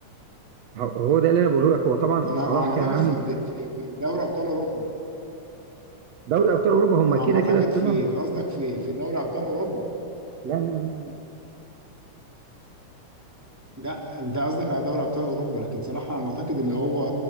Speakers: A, on the right (about 65°); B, in the centre.
A: هو هو ده اللي انا بقوله لك هو طبعا
B: ده انا
A: صلاح
B: على ما
A: كان
B: اعتقد
A: عامل
B: في الد- في في دوري ابطال اوروبا
A: دوري ابطال اوروبا هم
B: انا
A: كده
B: على ما اعتقد
A: كده طلعوا
B: في قصدك في في دوري ابطال اوروبا
A: لا لا لا لا
B: لا انت قصدك على دوري ابطال اوروبا لكن صلاح على ما اعتقد اللي هو